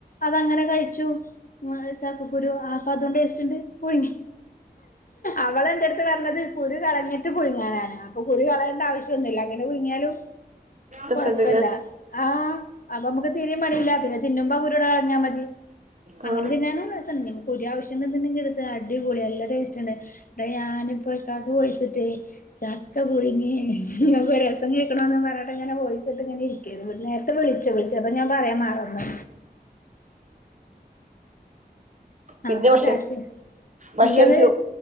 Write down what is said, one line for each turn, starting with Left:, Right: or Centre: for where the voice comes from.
Left: അതങ്ങനെ കഴിച്ചു ചക്കക്കുരു അപ്പൊ അതു ടേസ്റ്റ് ഉണ്ട് പുഴുങ്ങി അവളെ എന്റെടുത്ത് പറഞ്ഞത് കുരു കളഞ്ഞിട്ട് പുഴുങ്ങാനാണ് അപ്പൊ കുരു കളയേണ്ട ആവശ്യമൊന്നുമില്ല അങ്ങനെ പുഴുങ്ങിയാലും
Right: രസണ്ടല്ലേ
Left: കൊഴപ്പല്ല ആഹ് അപ്പൊ നമക്ക് തീരെയും പണിയില്ല പിന്ന തിന്നുമ്പ ആഹ് കുരൂട കളഞ്ഞാ മതി
Right: ആ
Left: അങ്ങനെ തിന്നാനും രസണ്ട് കുരു ആവശ്യണ്ടെങ്കിലുണ്ടെങ്കിൽ എടുത്തോ അടിപൊളി നല്ല ടേസ്റ്റ് ഉണ്ട് ഞാനിപ്പോ ഇക്കക്ക് വോയിസ് ഇട്ടെ ചക്ക പുഴുങ്ങി രസം കേൾക്കണോന്ന് പറഞ്ഞിട്ട് ഇങ്ങനെ വോയിസ് ഇട്ട് ഇങ്ങന ഇരിക്ക നേരത്തെ വിളിച്ചു വിളിച്ച അപ്പൊ ഞാൻ പറയാൻ മറന്നു
Right: പിന്നെ
Left: ആപ്പൊ
Right: ഭക്ഷ
Left: ചക്കെ
Right: ഭക്ഷണത്തി
Left: ഇനിയത്